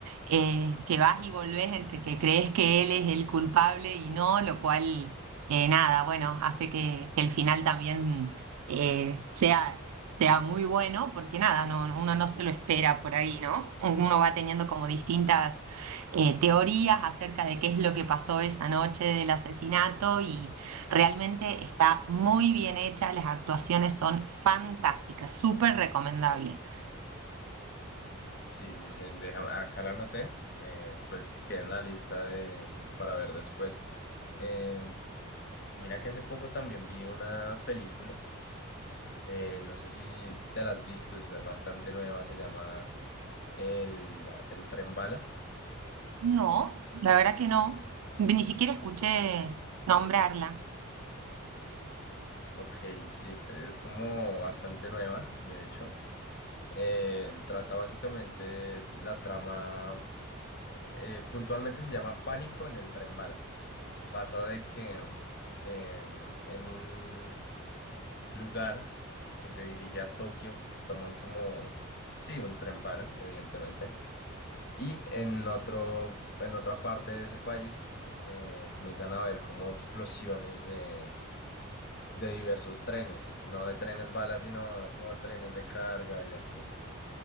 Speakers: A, on the right; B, on the left.
A: eh, que vas y volvés entre que crees que él es el culpable y no, lo cual, eh, nada, bueno, hace que, que el final también eh, sea, sea muy bueno, porque nada, no, uno no se lo espera por ahí, ¿no? Uno va teniendo como distintas eh, teorías acerca de qué es lo que pasó esa noche del asesinato y... Realmente está muy bien hecha, las actuaciones son fantásticas, súper recomendable.
B: Sí, sí, sí, déjame, acá la anoté, eh, pues que quede en la lista de, para ver después. Eh, mira que hace poco también vi una película, eh, no sé si te la has visto, es bastante nueva, se llama El, el Tren Bala.
A: No, la verdad que no, ni siquiera escuché nombrarla.
B: Ok, sí, es como bastante nueva, de hecho. Eh, trata básicamente la trama, eh, puntualmente se llama Pánico en el Tren Bala. Pasa de que em, em, en un lugar que se dirige a Tokio toman como, sí, un tren bala, evidentemente, y en otro, en otra parte de ese país eh, comienzan a ver como explosiones de, de diversos trenes, no de trenes bala, sino como trenes de carga y así.